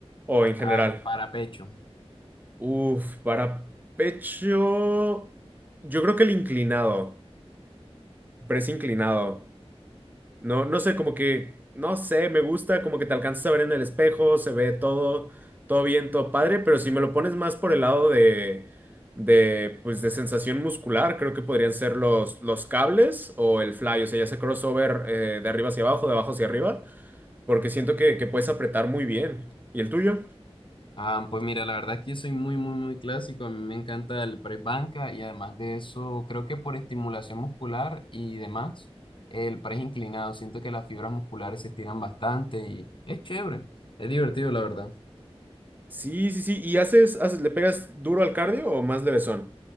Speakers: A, on the right (about 15°); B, on the left (about 50°).
A: O en general.
B: Ah, para pecho.
A: Uf, para pecho, yo creo que el inclinado, press inclinado. No, no sé, como que, no sé, me gusta, como que te alcanzas a ver en el espejo, se ve todo, todo bien, todo padre, pero si me lo pones más por el lado de, de, pues, de sensación muscular, creo que podrían ser los, los cables o el fly, o sea, ya sea crossover eh, de arriba hacia abajo, de abajo hacia arriba, porque siento que, que puedes apretar muy bien. ¿Y el tuyo?
B: Ah, pues mira, la verdad es que yo soy muy, muy, muy clásico. A mí me encanta el press banca y además de eso, creo que por estimulación muscular y demás, el press inclinado. Siento que las fibras musculares se estiran bastante y es chévere. Es divertido, la verdad.
A: Sí, sí, sí. ¿Y haces, haces, le pegas duro al cardio o más levesón?